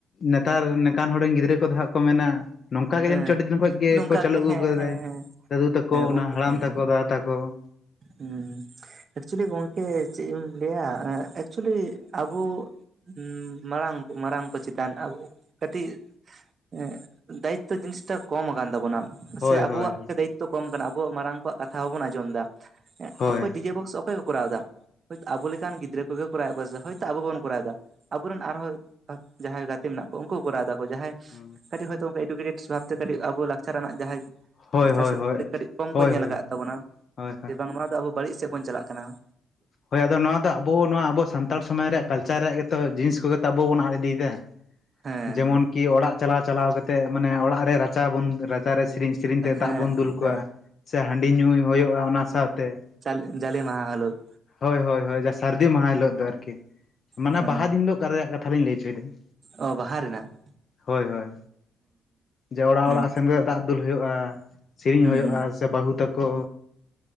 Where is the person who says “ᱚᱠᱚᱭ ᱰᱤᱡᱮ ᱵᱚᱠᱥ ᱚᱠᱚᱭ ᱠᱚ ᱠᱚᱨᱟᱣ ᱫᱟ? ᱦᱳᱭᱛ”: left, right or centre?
Right